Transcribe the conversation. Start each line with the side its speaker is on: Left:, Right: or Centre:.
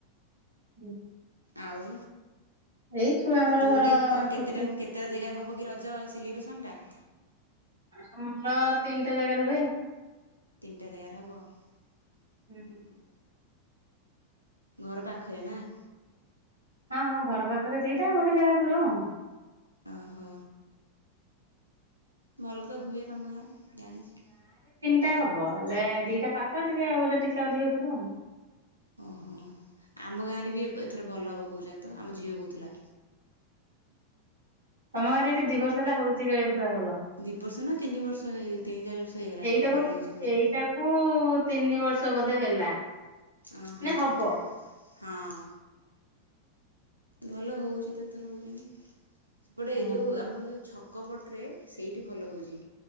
Right: ହୁଁ
Left: ଆଉ?
Right: ଏଇ ଛୁଆଙ୍କର
Left: କୋଉଠି
Right: ଧର-ଅ
Left: ତମର କେତେଟା
Right: ଛୁଟି।
Left: କେତେଟା ଜାଗାରେ ହବ ରଜ ସେଲିବ୍ରେସନ ଟା। <inaudible>
Right: <inaudible> ଆମର ତିନଟା ଜାଗାରେ ହୁଏ।
Left: ତିନଟା ଜାଗାରେ ହବ? <inaudible>
Right: ହୁଁ
Left: ଆଁ ହଁ ଘର ପାଖରେ ନା? <inaudible>
Right: ହଁ ଆମ ଘର ପାଖରେ ଦିଟା ଗୋଟେ ଜାଗା ଦୂର ଆଉ।
Left: ଓହୋ। ଭଲ ତ ହୁଏ ତମ ଗାଁରେ ଜାଣିଚି।
Right: ଟା ହବ, ହେଲେ-ଏ-ଏ ଦିଟା ପାଖ ଟିକେ ଆଉ ଗୋଟେ ଟିକେ ଅଧିକ ଦୂର ଆଉ।
Left: ଓହୋ। ଆମ ଗାଁରେ ବି ଏ ଏଥର ଭଲ ହବ କହୁଛନ୍ତି ତ। ଆମ ଝିଅ କହୁ ଥିଲା।
Right: ତମ ଗାଁରେ ଏଠି ଦିବର୍ଷ ହେଲା ହୋଉଛି କାଳେ ପୂଜା ଭଲ?
Left: ଦି ବର୍ଷ ନା ତିନି ବର୍ଷ ହେଇ ତିନି ଚାରି ବର୍ଷ ହେଇଗଲାଣି
Right: ଏଇଟାକୁ
Left: ଭଲ ହଉଛି କହୁଛନ୍ତି।
Right: ଏଇଟାକୁ-ଉ-ଉ-ଉ ତିନି ବର୍ଷ ବୋଧେ ଧେ ହେଲା
Left: ଅ ହଁ,
Right: ନା ହବ
Left: ହଁ। ଭଲ ହୋଉଚି ତ ଏଥର କୋଉଚନ୍ତି। ସେପଟେ
Right: ହଁ
Left: ଯୋଉ ଆମ ଯୋଉ ଛ କବଟରେ, ସେଇଟି ଭଲ ହୋଉଚି।